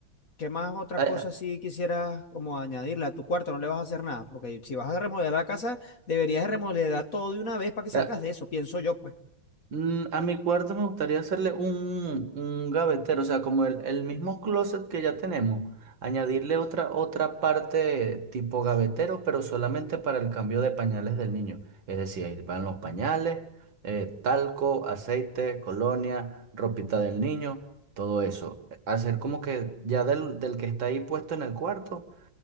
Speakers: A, on the left; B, on the right.
A: ¿qué más otra
B: a-
A: cosa si quisieras como añadirle a tu cuarto? No le vas a hacer nada, porque si vas a remodelar la casa, deberías de remodelar todo de una vez para que salgas
B: a-
A: de eso, pienso yo, pues,
B: Mm, A mi cuarto me gustaría hacerle un, un gavetero, o sea, como el, el mismo closet que ya tenemos, añadirle otra, otra parte tipo gavetero, pero solamente para el cambio de pañales del niño. Es decir, ahí van los pañales, eh, talco, aceite, colonia, ropita del niño, todo eso. Hacer como que ya del, del que está ahí puesto en el cuarto,